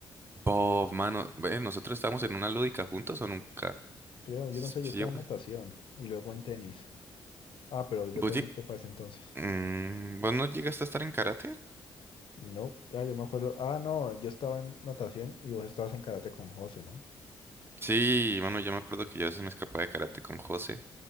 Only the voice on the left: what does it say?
Creo, yo
no sé,
yo estaba
en natación y luego en tenis. Ah, pero ya
te
fuiste para ese entonces.
No, ya yo me acuerdo. Ah, no, yo estaba en natación y vos estabas en karate con José, ¿no?